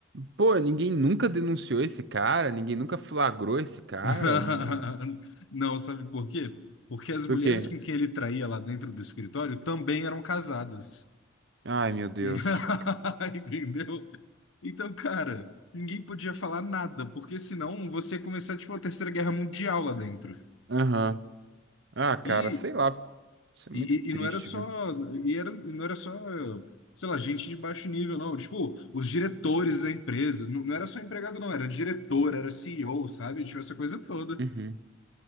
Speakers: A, on the right; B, on the left.
A: Pô, ninguém nunca denunciou esse cara, ninguém nunca flagrou esse cara.
B: <laughs>
A: não-
B: Não, sabe por quê? Porque as
A: Por
B: mulheres
A: quê?
B: com quem ele traía lá dentro do escritório também eram casadas.
A: Ai, meu Deus.
B: E- <laughs> Entendeu? Então, cara, ninguém podia falar nada, porque senão você ia começar, tipo, a Terceira Guerra Mundial lá dentro.
A: Aham. Ah, cara,
B: E,
A: sei lá. Isso é
B: E,
A: muito triste,
B: e, e não era só,
A: viu?
B: e era, não era só, sei lá, gente de baixo nível, não. Tipo, os diretores da empresa, não, não era só empregado, não, era diretor, era CEO, sabe? Tipo, essa coisa toda.
A: Uhum.